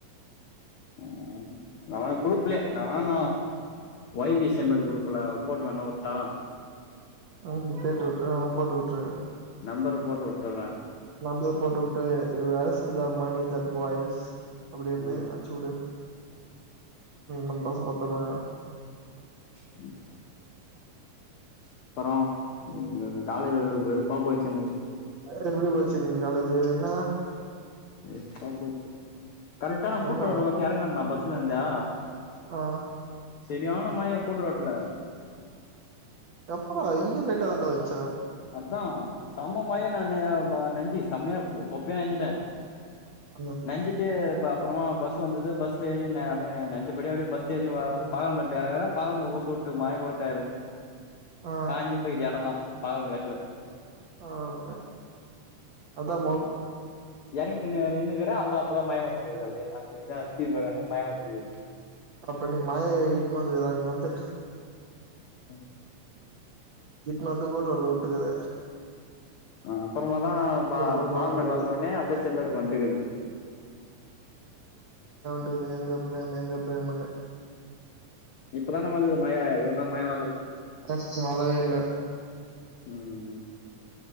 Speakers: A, on the left; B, on the right.
A: உம் நன குரூப்லைய நமன ந ஒய்பி செம்பேடு குரூப்ல போட்டு வேணா விட்டா
B: உஹம் தேட்டு விட்டுரு ஆ போட்டு விட்டுருன்
A: நம்பர போட்டு வுட்டுறே
B: நமள போட்டு விட்டுரு இ இத மணி தட் பாய்ஸ் அப்படியினு
A: ம்
B: அடுச்சூடு உம்ந்தச பத்த போ
A: உம் அப்பறோ இங்க வந்து காலேஜ்ல வெறு வெறுப்பா போச்சு எனக்கு
B: தர் எப்டிபோச்சு இன்னக்கி காலே ஜு என்னா
A: வெறுப்பா போச்சு கரெக்டா நா கூட்றவ்ல
B: என்ன
A: வந்து எறங்குறண்ணா பஸ் ஸுலந்தா
B: ஆ
A: செரியான மழ கூட்டுரோட்ல
B: எப்படா இங்கயே லேட்டா தான்டா வன்ச்சு
A: அதா சம்ம மழ நனயா ப நஞ்சு செம்மயா தொப்பயா நஞ்சுட்டே
B: ஆ
A: நஞ்சுட்டு ப அப்புறமா பஸ் வந்தது பஸ்ல ஏறி ந அப்டியே நஞ்சபடிய அப்டியே பஸ் ஏறி வ வந்து பாலமேட்ல எறங்குரே பாலமேட்ல ஒரு சொட்டு மய கூட பேயல
B: ஆ
A: காஞ்சி போயிது எடொல்லா பாலமேட்ல
B: ஆமாணே அதா மப்
A: எறங்கினு நின்னுக்குறே அவ்ள்தா அப்பதா மய வந்துனுக்கிது அப்டியே அங்கந்து ஸ்டீபகனு மய வந்துனுக்குது
B: அப்ப நீ மய <unintelligible> இட்னு வந்துகுற அங்கந்து
A: ம்
B: இட்னு வந்து கூட்ரோட்ல வுட்டுக்குற
A: ஆ அப்பறமாதா பா
B: பக்கமா
A: பால்மேடு
B: வந்துக்குது
A: வந்த ஒட்னே அப்டியே செம்மேடு வன்ட்டுக்குது
B: டு எங்க பிரேம் எங்க பிரேமுன்னு
A: இப்பதான வந்தது மய இவன் னாள் மய வர்லதானா
B: ம்ஹும் வரவேல்ல
A: ம்